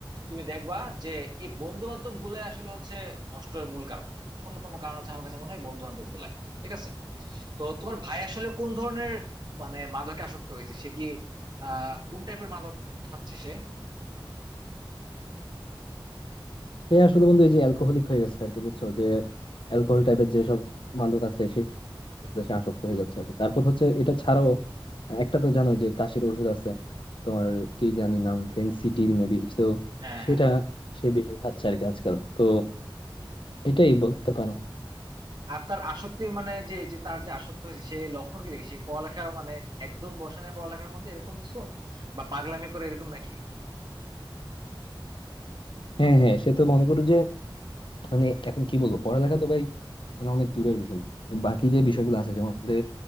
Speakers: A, on the right; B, on the left.
A: তুমি দেখবা যে এই বন্ধু বান্ধব গুলাই আসলে হচ্ছে নষ্টের মূল কারণ অন্যতম কারণ হচ্ছে আমার কাছে মনে হয় বন্ধু বান্ধব গুলাই ঠিক আছে তো তোমার ভাই আসলে কোন ধরনের মানে মাদকে আসক্ত হয়েছে সে কি আহ কোন টাইপের মাদক খাচ্ছে সে
B: সে আসলে বন্ধু এই যে অ্যালকোহলিক হয়ে গেছে আর কি বুঝছো যে অ্যালকোহল টাইপের যেসব মাদক আছে সে সে আসক্ত হয়ে যাচ্ছে আর কি তারপর হচ্ছে এটা ছাড়াও একটা তো জানোই যে কাশির ওষুধ আছে তোমার কি জানি নাম ফেন্সিডিল মেবি তো
A: হ্যাঁ
B: সেটা
A: হ্যাঁ
B: সে বেশি খাচ্ছে আর কি আজকাল তো এটাই বলতে পারো
A: আর তার আসক্তি মানে যে যে তার যে আসক্ত হয়েছে সে লক্ষণ কি দেখে সে পড়ালেখা মানে একদম বসে না পড়ালেখার মধ্যে এরকম কিছু বা পাগলামি করে এরকম নাকি
B: হ্যাঁ হ্যাঁ সে তো মনে করো যে মানে এখন কি বলবো পড়ালেখা তো ভাই মানে অনেক দূরের বিষয় তো বাকি যে বিষয়গুলো আছে যেমন যে